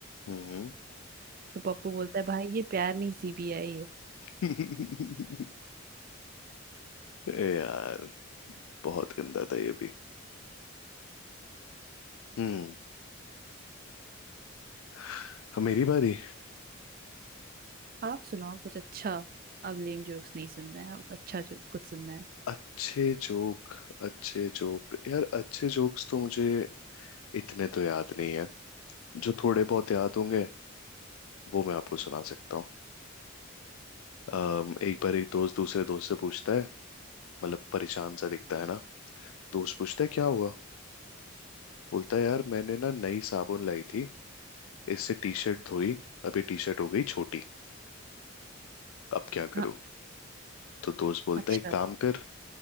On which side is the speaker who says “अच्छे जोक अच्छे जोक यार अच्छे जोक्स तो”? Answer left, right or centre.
Left